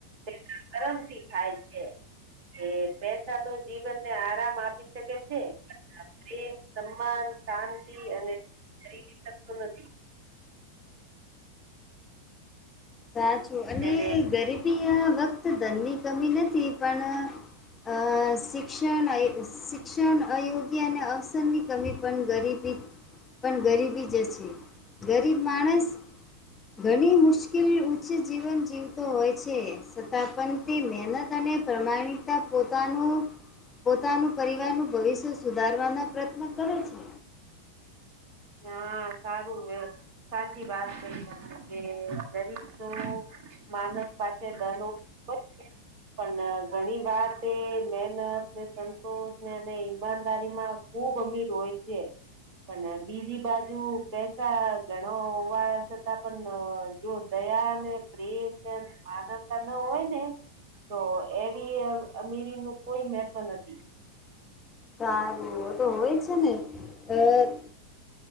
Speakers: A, on the right (about 45°); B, on the left (about 20°).
A: તેના કર્મ થી થાય છે એ પૈસા તો જીવન ને આરામ આપી શકે છે પ્રેમ સન્માન શાંતિ અને ખરીદી શકતો નથી
B: સાચું અને
A: એને
B: ગરીબી વખત ધનની કમી નથી પણ અ શિક્ષણ શિક્ષણ અયોગ્ય અને અસંગ કમી પણ ગરીબી પણ ગરીબી જશે ગરીબ માણસ ઘણી મુશ્કેલી ઉચ્ચ જીવન જીવતો હોય છે છતાં પણ તે મહેનત અને પ્રમાણિક તા પોતાનું પોતાનું પરિવારનું ભવિષ્ય સુધારવાના પ્રયત્ન કરે છે
A: હા સારું સાચી વાત કઈ તને કે ગરીબ તો માનસ પાછ ધનો <unintelligible> પણ ઘણી વાત એ મહેનત ને સંતોષ ને અને ઈમાનદારીમાં ખુબ અમીર હોય છે પણ બીજી બાજુ પૈસા ઘણો હોવા છતાં પણ જો દયા ને પ્રેમ ને માનવતા ન હોય ને તો એવી અમીરી નું કોઈ મેહત્વ નથી
B: સારું એ તો હોય છે ને અ